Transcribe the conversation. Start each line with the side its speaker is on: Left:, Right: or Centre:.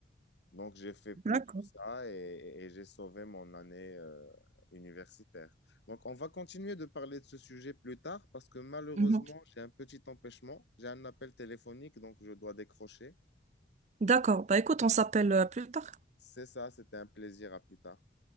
Left: Donc, j'ai fait plutôt
Right: D'accord.
Left: ça et, et j'ai sauvé mon année euh, universitaire. Donc, on va continuer de parler de ce sujet plus tard parce que malheureusement,
Right: mhm.
Left: j'ai un petit empêchement. J'ai un appel téléphonique, donc je dois décrocher.
Right: D'accord. Bah écoute, on s'appelle euh, plus tard.
Left: C'est ça, c'était un plaisir. À plus tard.